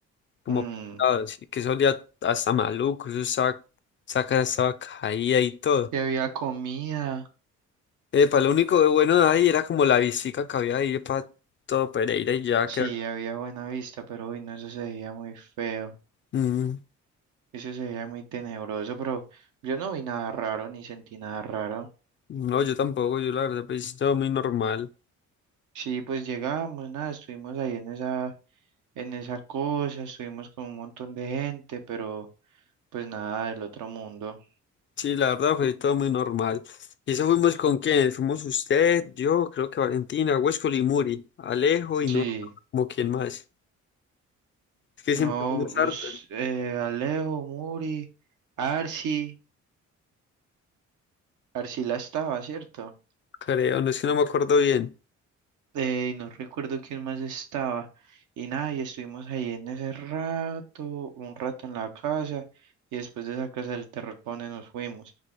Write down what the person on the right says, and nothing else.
Mm,
y había comida,
sí,
había buena vista, pero uy, no, eso se veía muy feo,
eso se veía muy tenebroso, pero yo no vi nada raro ni sentí nada raro.
Sí, pues llegamos, nada, estuvimos ahí en esa, en esa cosa, estuvimos con un montón de gente, pero pues nada del otro mundo.
Sí.
No,
pues
eh, Alejo, Muri, Arsi, Arcila estaba, ¿cierto?
Eh, y no recuerdo quién más estaba. Y nada, y estuvimos ahí en ese rato, un rato en la casa, y después de esa casa del terror, ¿pa' dónde nos fuimos?